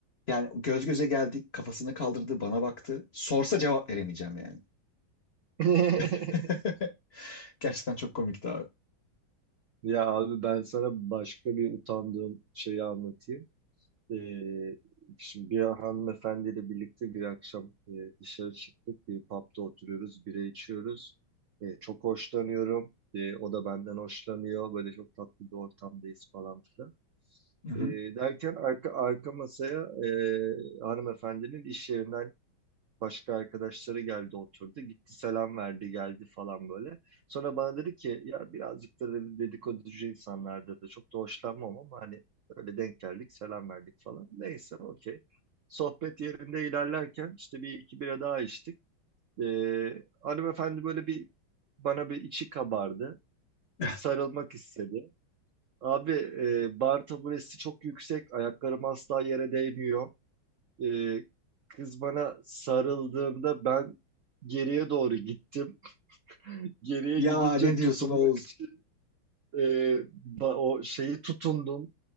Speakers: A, on the left; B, on the right.
A: yani göz göze geldik, kafasını kaldırdı, bana baktı. Sorsa cevap veremeyeceğim yani.
B: <laughs>
A: <laughs> Gerçekten çok komikti abi.
B: Ya abi ben sana başka bir utandığım şeyi anlatayım. Ee, şimdi bir hanımefendiyle birlikte bir akşam e, dışarı çıktık. Bir pub'da oturuyoruz, bira içiyoruz. Ee, çok hoşlanıyorum. Ee, o da benden hoşlanıyor. Böyle çok tatlı bir ortamdayız falan filan.
A: Hı hı.
B: Ee, derken arka, arka masaya e, hanımefendinin iş yerinden Başka arkadaşları geldi oturdu. Gitti selam verdi geldi falan böyle. Sonra bana dedi ki ya birazcık da dedi, dedikoducu insanlardır da çok da hoşlanmam ama hani öyle denk geldik selam verdik falan. Neyse okey. Sohbet yerinde ilerlerken işte bir iki bira daha içtik. Ee, hanımefendi böyle bir bana bir içi kabardı.
A: <laughs>
B: Bir sarılmak istedi. Abi e, bar taburesi çok yüksek. Ayaklarım asla yere değmiyor. Ee, kız bana sarıldığında ben geriye doğru gittim. <laughs> Geriye
A: Ya
B: gidince
A: ne diyorsun
B: tutunmak
A: Oğuz?
B: için e, ba- o şeyi tutundum.